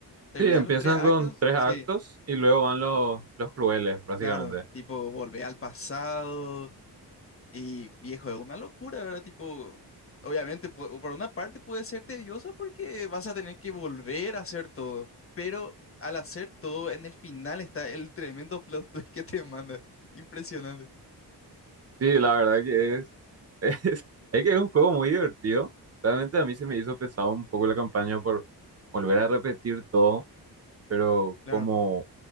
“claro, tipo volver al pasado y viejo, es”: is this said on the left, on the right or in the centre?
Left